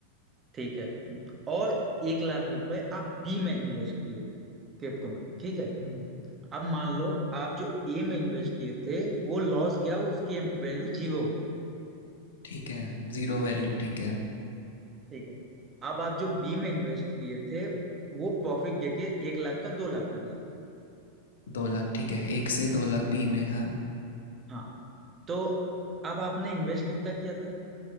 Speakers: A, on the right; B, on the left.
A: ठीक है और एक लाख रुपए आप बी में इन्वेस्ट किए क्रिप्टो में ठीक है
B: हम्म,
A: अब मान लो आप जो ए में इन्वेस्ट किए थे वो लॉस गया उसकी वैल्यू जीरो हो गई
B: ठीक है जीरो
A: ठीक
B: वैल्यू
A: है
B: ठीक है
A: ठीक है अब आप जो बी में इन्वेस्ट किए थे वो प्रॉफिट देके एक लाख का दो लाख हो गया
B: दो लाख ठीक है
A: ठीक
B: एक
A: है
B: से दो लाख बी में हाँ
A: हाँ तो अब आपने इन्वेस्ट कितना किया था